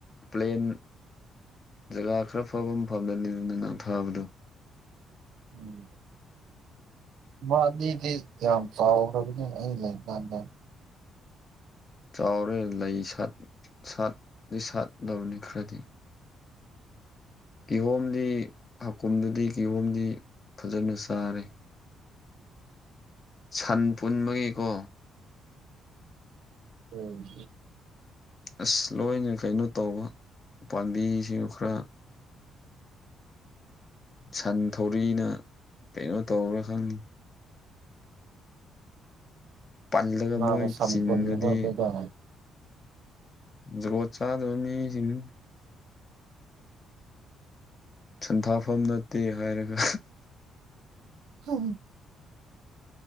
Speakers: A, on the left (about 35°); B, on the right (about 80°).
A: ꯄ꯭ꯂꯦꯟ ꯖꯒꯥ ꯈꯔ ꯐꯕ ꯑꯃ ꯐꯝꯗꯅꯤ ꯑꯗꯨꯅ ꯐꯥꯕꯗꯣ
B: ꯎꯝ ꯃꯥ ꯗꯤ ꯗꯤ ꯌꯥꯝ ꯆꯥꯎꯈ꯭ꯔꯕꯅꯦ ꯑꯩ ꯂꯩ ꯀꯥꯟꯗ
A: ꯆꯥꯎꯔꯦ ꯂꯩ ꯁꯥꯠ ꯁꯥꯠꯇ ꯁꯥꯠꯂꯕꯅꯤ ꯈꯔꯗꯤ ꯒꯤꯍꯣꯝꯗꯤ ꯍꯀꯨꯝꯗꯨꯗꯤ ꯀꯤꯍꯣꯝꯗꯤ ꯐꯖꯅ ꯆꯥꯔꯦ ꯁꯟ ꯄꯨꯟꯕꯒꯤꯀꯣ
B: ꯎꯝ
A: ꯑꯁ ꯂꯣꯏꯅ ꯀꯩꯅꯣ ꯇꯧꯕ ꯎ ꯄꯥꯝꯕꯤꯁꯤꯡ ꯈꯔ ꯁꯟ ꯊꯧꯔꯤꯅ ꯀꯩꯅꯣ ꯇꯧꯔꯥ ꯈꯪꯉꯤ ꯄꯜꯂꯒ
B: ꯀꯥꯅꯥꯅ
A: ꯃꯣꯏ
B: ꯁꯄꯅꯤꯕ
A: ꯆꯤꯡꯉꯗꯤ
B: ꯑꯗꯨꯗ
A: ꯖꯒꯣꯠ ꯆꯥꯗꯕ ꯃꯤꯁꯤꯡ ꯁꯟꯊꯥꯐꯝ ꯅꯠꯇꯦ ꯍꯥꯏꯔꯒ
B: ꯍ